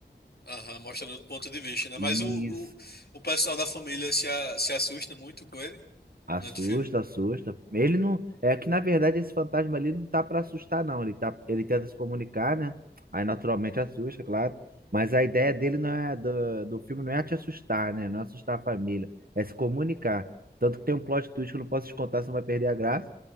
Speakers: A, on the left; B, on the right.
A: aham, mostrando do ponto de vista, né?
B: Isso.
A: Mas o, o, o pessoal da família se, a- se assusta muito com ele
B: Assusta,
A: durante o filme?
B: assusta. Ele não. É que na verdade esse fantasma ali não tá pra assustar, não. Ele tá... ele tenta se comunicar, né? Aí naturalmente assusta, claro. Mas a ideia dele não é do... do filme não é te assustar, né? Não é assustar a família. É se comunicar. Tanto que tem um plot twist que eu não posso te contar, senão vai perder a graça,